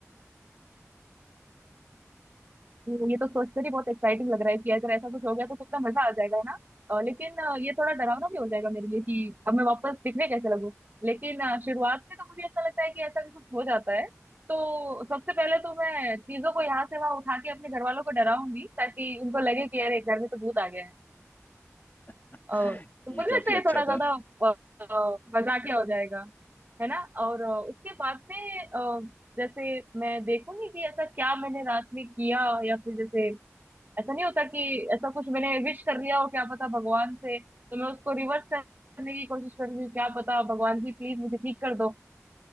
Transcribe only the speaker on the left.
<laughs>
ये
काफी
अच्छा
था